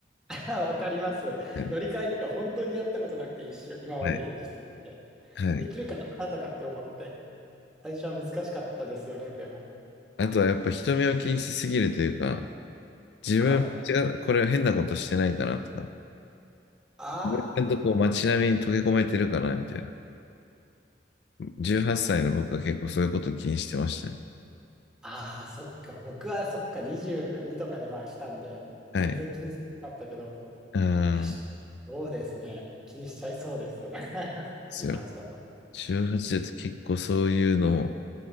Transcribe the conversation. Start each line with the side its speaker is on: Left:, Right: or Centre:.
Centre: <laughs> わかります。
Left: ね
Centre: 乗り換えとか本当にやったことなくて、一緒、今まで生きてきて、
Left: はい、はい。はい
Centre: できるかなとかって思って、最初は難しかったですよね、でも。
Left: あとはやっぱ人目を気にしすぎるというか、自分間違う、
Centre: はい。
Left: これ変なことしてないかなとか、
Centre: あー、
Left: 自分のとこ街並みに溶け込めてるかな、みたいな。18歳の僕は結構そういうことを気にしてましたね。
Centre: あー、そっか、僕はそっか、22とかでまあ来たんで、
Left: はい。
Centre: 全然気にしなかったけど、
Left: ああ、
Centre: 確かそうですね。気にしちゃいそうです。<laughs>
Left: そう。
Centre: 18だと。
Left: 18だと結構そういうのを